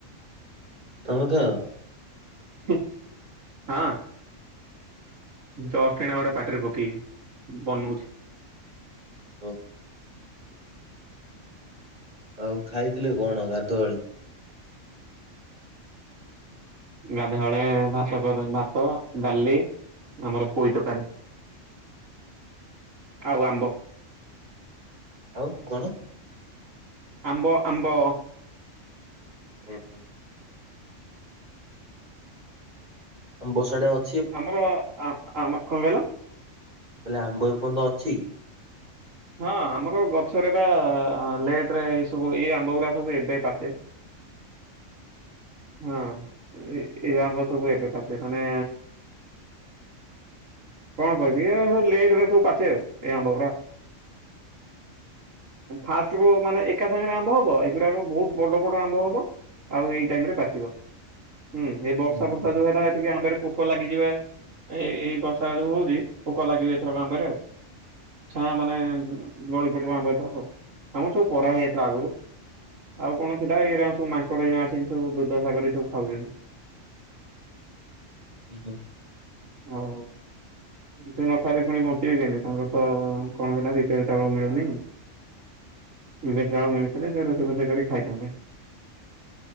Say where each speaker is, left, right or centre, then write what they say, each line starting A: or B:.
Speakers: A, on the right; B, on the right.
A: ତମେ ଖାଅ?
B: ହୁଁ ହଁ। ଜଷ୍ଟ ଏଇନା ଗୋଟେ ପାଟିରେ ପକେଇବି ବନଉଛି।
A: ଓ। ଆଉ ଖାଇଥିଲେ କଣ ଗାଧୁଆବେଳେ?
B: ଗାଧୁଆବେଳେ ଭାତ ଭାତ ଡାଲି ଆମର ପୋଇ ତରକାରୀ।
A: <inaudible>
B: ଆଉ ଆମ୍ବ।
A: ଆଉ କଣ?
B: ଆମ୍ବ ଆମ୍ବ।
A: ଓ। ଆମ୍ବ <unintelligible>
B: ଆମର ଆ ଆମ କଣ କହିଲ?
A: ନା ବ୍ୟକୁଣ୍ଠ ଅଛି।
B: ହଁ ଆମର ଗଛରେ ବା ଲେଟରେ ଏଇ ସବୁ ଏଇ ଆମ୍ବ ଗୁଡା ସବୁ ଏବେ ପାଚେ।
A: <inaudible>
B: ହଁ ଏ ଆମ୍ବ ସବୁ ଏବେ ପାଚେ ମାନେ କଣ କହିବି ଏ ସବୁ ଲେଟରେ ସବୁ ପାଚେ ଆଉ ଏଇ ଆମ୍ବ ଗୁଡ଼ା। ଫାଷ୍ଟରୁ ମାନେ ଏକା ସାଙ୍ଗରେ ଆମ୍ଭ ହବ ଏଇଗୁଡାକ ବହୁତ ବଡ ବଡ ଆମ୍ଭ ହବ। ଆଉ ଏଇ ଟାଇମରେ ପାଚିବ ହୁଁ ଏ ବର୍ଷା
A: ହୁଁ ହୁଁ,
B: ବର୍ଷା ଯୋଉ ହେଲା ଏ ଆମ୍ବରେ ପୋକ ପୋକ ଲାଗିଯିବା ଏ ଏଇ ବର୍ଷା ଯୋଉ ହଉଛି ପୋକ ଲାଗିବ ଏଥର ଆମ୍ବ ରେ ଆଉ ହଁ ମାନେ <unintelligible> ଆମର ସବୁ ପରା ହେଇଯାଇଥିଲା ଆଗରୁ। ଆଉ କଣ ଥିଲା ଏଇରା ସବୁ ମାଙ୍କଡ ଏଇନା ଆସିକି ସବୁ ଦୁର୍ଦ୍ଦଶା କରି ସବୁ ଖାଉଛନ୍ତି।
A: ହୁଁ।
B: ଆଉ ସେ ନ ଖାଇଲେ ପୁଣି ବଞ୍ଚିବେ କେମିତି ତମର ତ କଣ ରିପୋରୀ ଚାଉଳ ମିଲୁନି। <unintelligible> ଚାଉଳ ମିଳିଥିଲେ ସେ ରୋଷେଇ ଫୋଷେଇ କରି ଖାଇଥାନ୍ତେ।